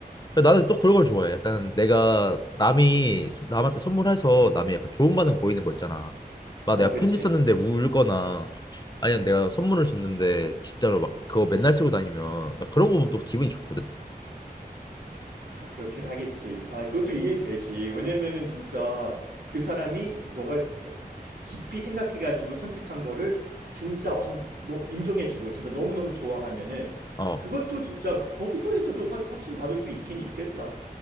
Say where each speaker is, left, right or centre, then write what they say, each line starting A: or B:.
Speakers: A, on the left (about 25°); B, on the right (about 85°).
A: 그래, 나는 또 그런 걸 좋아해. 약간 내가 남이 서- 남한테 선물해서 남이 약간 좋은 반응 보이는 거 있잖아. 막
B: 어,
A: 내가
B: 그치.
A: 편지 썼는데 울거나 아니면 내가 선물을 줬는데 진짜로 막 그거 맨날 쓰고 다니면 나 그런 거 보면 또 기분이 좋거든.
B: 아, 그렇긴 하겠지. 아, 그것도 이해되지. 왜냐면은 진짜 그 사람이 너가 깊이 생각해가지고 선택한 거를 진짜, 아, 너 인정해주고 진짜 너무너무 좋아하면은
A: 어.
B: 그것도 진짜 거기서에서도 확, 확신 받을 수 있긴 있겠다.